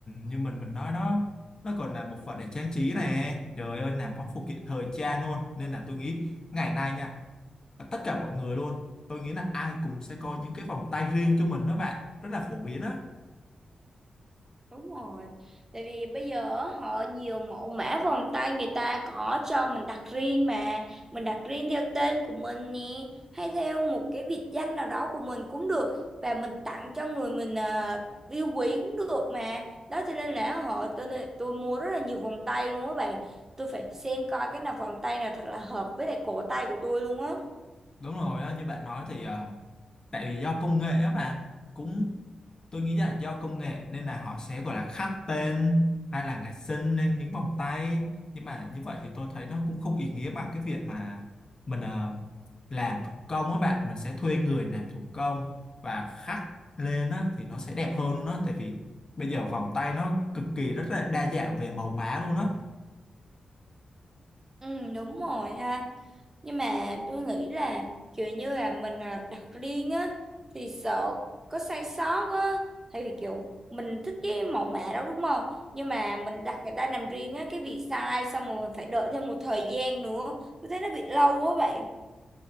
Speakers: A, on the left; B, on the right.
A: như mình mình nói đó nó còn là một phần để trang trí này trời ơi là món phụ kiện thời trang luôn nên là tôi nghĩ ngày nay nha tất cả mọi người luôn tôi nghĩ là ai cũng sẽ có những cái vòng tay riêng cho mình đó bạn rất là phổ biến á
B: Đúng rồi. Tại vì bây giờ á, họ nhiều mẫu mã vòng tay người ta có cho mình đặt riêng mà mình đặt riêng theo tên của mình nè hay theo một cái biệt danh nào đó của mình cũng được và mình tặng cho người mình à, yêu quý cũng được mà. Đó cho nên là họ tôi tôi mua rất là nhiều vòng tay luôn á bạn. Tôi phải xem coi cái nào vòng tay nào thật là hợp với lại cổ tay của tôi luôn á.
A: đúng rồi á, như bạn nói thì ờ, tại vì do công nghệ á bạn cũng tôi nghĩ là do công nghệ nên là họ sẽ gọi là khắc tên hay là ngày sinh lên những vòng tay nhưng mà như vậy thì tôi thấy nó cũng không ý nghĩa bằng cái việc mà mình ờ, làm thủ công á bạn mình sẽ thuê người làm thủ công và khắc lên á thì nó sẽ đẹp hơn luôn á tại vì bây giờ vòng tay nó cực kỳ rất là đa dạng về màu mã luôn á
B: Ừ, đúng rồi ha. Nhưng mà tôi nghĩ là kiểu như là mình à, đặt riêng á thì sợ có sai sót á thì kiểu mình thích cái mẫu mã đó đúng không? Nhưng mà mình đặt người ta làm riêng á cái bị sai xong rồi mình phải đợi thêm một thời gian nữa. Tôi thấy nó bị lâu quá bạn.